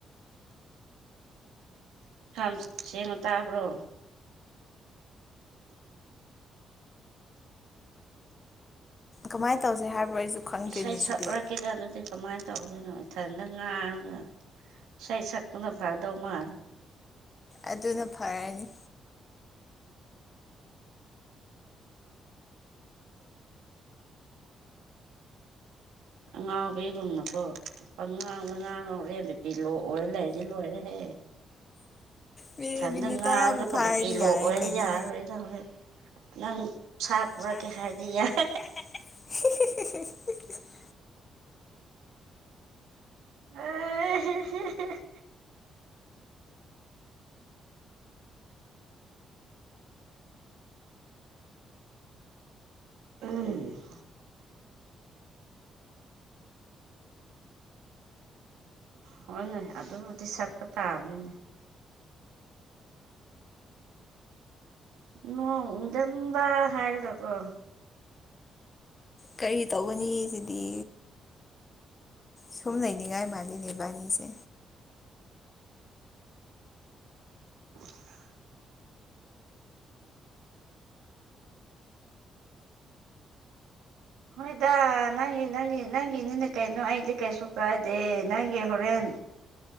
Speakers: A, on the right (about 80°); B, on the left (about 35°).
A: ꯌꯥꯝ ꯆꯦꯡꯉꯣ ꯇꯥꯕ꯭ꯔꯣ
B: ꯀꯃꯥꯏꯅ ꯇꯧꯁꯦ ꯍꯥꯏꯕ꯭ꯔꯣ ꯑꯩꯁꯨ ꯈꯪꯗ꯭ꯔꯤꯅꯦ
A: ꯏꯁꯩ
B: ꯁꯤꯗꯤ
A: ꯁꯛꯎꯀꯦꯗ ꯑꯗꯨꯗꯤ ꯀꯃꯥꯏꯅ ꯇꯧꯔꯗꯣꯏꯅꯣ ꯏꯊꯟꯇ ꯉꯥꯔꯨꯅ ꯏꯁꯩ ꯁꯛꯄꯨꯅ ꯐꯥꯗꯧ ꯃꯥꯜ
B: ꯑꯗꯨꯅ ꯐꯔꯅꯤ
A: ꯑ ꯉꯥꯡ ꯄꯤ ꯀꯅꯣꯥꯡ ꯉꯥꯡ ꯄꯤꯂꯣꯛꯑꯣ ꯂꯩꯔꯗꯤ ꯂꯣꯏꯔꯦꯍꯦ
B: ꯃꯤꯅꯤꯠ
A: ꯏꯊꯟꯗ
B: ꯃꯤꯅꯤꯠ
A: ꯉꯥꯡꯔꯒ
B: ꯇꯔꯥꯕꯨ ꯐꯥꯔꯗꯤ
A: ꯕꯤꯄꯤ ꯂꯣꯛꯑꯣꯣꯏꯗꯤ
B: ꯌꯥꯔꯦ ꯀꯩꯅꯣ
A: ꯌꯥꯔꯔꯣꯏꯗ ꯍꯣꯔꯣꯏ ꯅꯪ ꯁꯥ ꯄꯨꯔꯛꯀꯦ
B: ꯁꯥꯔ
A: ꯍꯥꯏꯔꯗꯤ ꯌꯥꯏ
B: ꯀ ꯍꯥꯏ
A: ꯑ ꯎꯝ ꯍꯣꯏ ꯅꯣꯏ ꯑꯗꯨꯕꯨꯗꯤ ꯁꯛꯄ ꯇꯥꯕꯅꯤꯅꯦ ꯅꯣꯡ ꯎꯗꯝꯕ ꯍꯥꯏꯔꯒꯀꯣ
B: ꯀꯔꯤ ꯇꯧꯒꯅꯤ ꯁꯤꯗꯤ ꯁꯨꯝ ꯅꯅꯤꯉꯥꯏ ꯃꯥꯜꯂꯤꯅꯦꯕꯥꯅꯤꯁꯦ
A: <inaudible> ꯍꯣꯏꯗ ꯅꯪꯒꯤ ꯅꯪꯒꯤ ꯅꯪꯒꯤꯅꯤꯅ ꯀꯩꯅꯣ ꯑꯩꯗꯤ ꯀꯩꯁꯨ ꯀꯥꯏꯗꯦ ꯅꯪꯒꯤ ꯍꯣꯔꯦꯟ